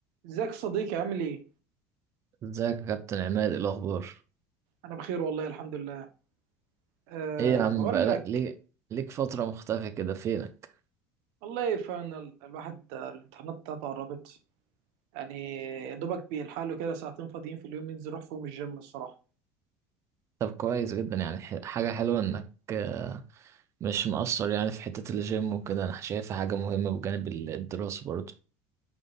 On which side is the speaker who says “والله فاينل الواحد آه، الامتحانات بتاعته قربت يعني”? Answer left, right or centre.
Right